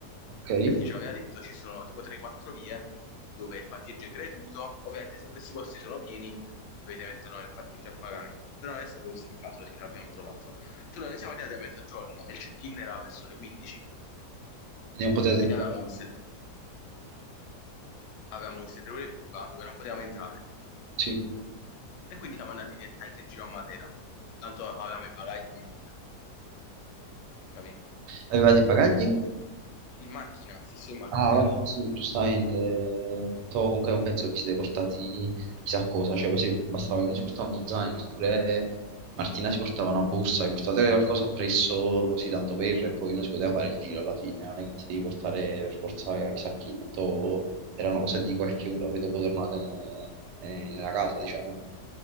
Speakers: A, on the right (about 85°); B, on the left (about 85°).
A: Ok, quindi
B: perché ci aveva detto ci sono tipo 3-4 vie dove il parcheggio è gratuito, ovviamente se questi posti sono pieni dovete metterlo nel parcheggio a pagamento, però non è stato questo il caso perché l'abbiamo trovato, solo noi siamo arrivati a mezzogiorno e il check-in era verso le 15,
A: non potete
B: quindi
A: entrare.
B: avevamo queste avevamo queste tre ore buca dove non potevamo entrare.
A: Sì.
B: E quindi siamo andati direttamente in giro a Matera. Tanto avevamo i bagagli in macchina, capì?
A: Avevate i bagagli?
B: In macchina, stesso in macchina
A: Ah, vabbè,
B: lì.
A: sì, giustamente. Tanto comunque non penso che vi siete portati chissà cosa, cioè poi se bastava che uno si portava uno zaino, oppure Martina si portava una borsa, vi portate qualcosa appresso così tanto per, e poi uno si poteva fare il giro alla fine, non è che ti devi portare per forza chissà chi, tanto era una cosa di qualche ora, poi dopo tornate ne- eh, nella casa, diciamo,